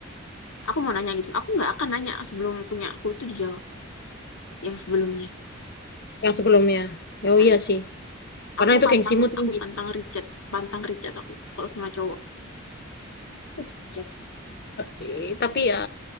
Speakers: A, on the left (about 80°); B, on the left (about 50°).
A: aku mau nanya gitu aku nggak akan nanya sebelum punya aku itu dijawab yang sebelumnya
B: yang sebelumnya. Ya, Oh
A: Heeh.
B: iya sih, karena
A: aku
B: itu
A: pantang
B: gengsimu tinggi.
A: aku pantang richat pantang richat aku kalau sama cowok Richat.
B: Tapi, tapi ya,